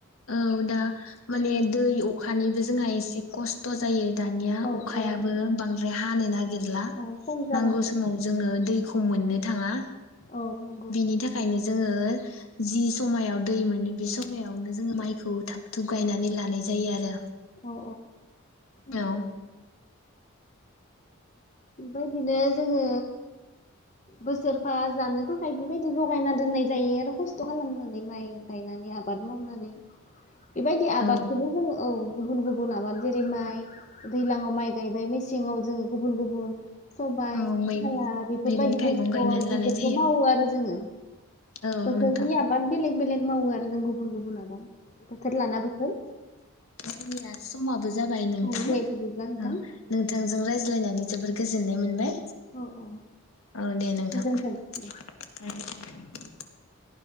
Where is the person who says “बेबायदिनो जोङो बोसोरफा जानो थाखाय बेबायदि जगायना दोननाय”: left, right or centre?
Left